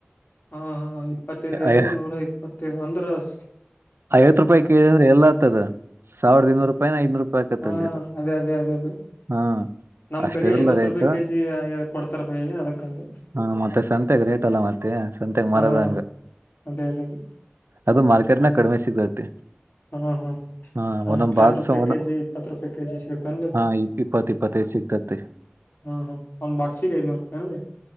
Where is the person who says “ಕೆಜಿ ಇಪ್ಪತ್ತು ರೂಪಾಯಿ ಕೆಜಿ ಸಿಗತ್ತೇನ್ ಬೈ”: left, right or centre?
Left